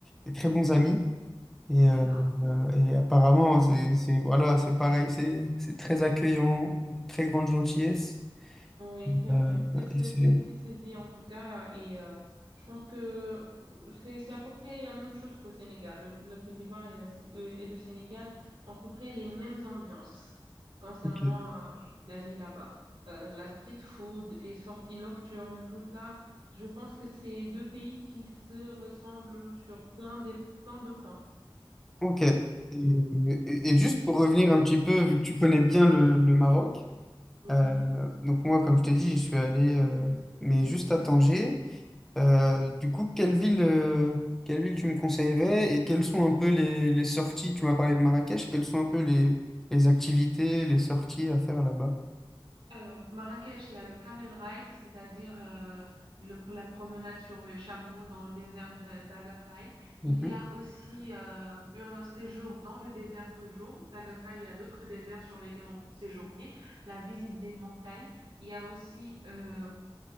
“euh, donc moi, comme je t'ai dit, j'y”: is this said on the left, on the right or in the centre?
Centre